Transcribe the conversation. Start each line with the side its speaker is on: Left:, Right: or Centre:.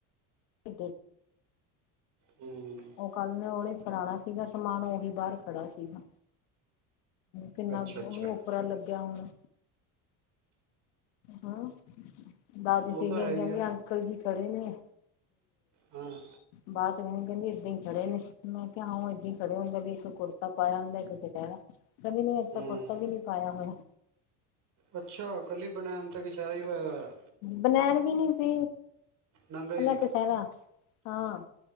Left: ਉਹ
Right: ਹੂੰ
Left: ਕੱਲ ਨੇ, ਔ ਨੇ ਫੜਾਣਾ ਸੀ। ਜਿੱਦਾਂ ਸਮਾਨ, ਉਹੀ ਬਾਹਰ ਖੜਾ ਸੀਗਾ। ਕਿੰਨਾ,
Right: ਅੱਛਾ ਅੱਛਾ
Left: ਉਹਨੂੰ ਔਪਰਾ ਲੱਗਿਆ ਹੋਣਾ। ਹਾਂ, ਦਾਦੀ
Right: ਉਹ
Left: ਸੀਗੇ।
Right: ਤਾਂ ਹੈ ਹੀ
Left: ਕਹਿੰਦੀ,
Right: ਹੈ
Left: ਅੰਕਲ ਜੀ ਖੜੇ ਨੇ।
Right: ਹਾਂ।
Left: ਬਾਅਦ 'ਚ ਮੈਨੂੰ ਕਹਿੰਦੀ, ਇਦਾਂ ਹੀ ਖੜੇ ਨੇ। ਮੈ ਕਿਹਾ, ਹਾ ਔ ਏਦਾਂ ਹੀ ਖੜੇ ਹੁੰਦੇ, ਵੀ ਇੱਕ ਕੁੜਤਾ ਪਾਇਆ ਹੁੰਦਾ, ਇੱਕ ਕਚਹਿਰਾ। ਕਹਦੀ ਨਹੀ, ਆਜ
Right: ਹੂੰ
Left: ਤਾਂ ਕੁੜਤਾ ਵੀ ਨੀ ਪਾਇਆ ਹੋਇਆ।
Right: ਅੱਛਾ, ਘਲੀ ਬਨੈਨ ਤੇ ਕਛੈਹਿਰਾ ਹੀ ਹੋਇਆ ਹੋਇਆ?
Left: ਬਨੈਨ ਵੀ ਨੀ ਸੀ,
Right: ਨੰਗਾ ਹੀ
Left: ਘਲ੍ਹਾ ਕਛੇਹਿਰਾ ਹਾਂ।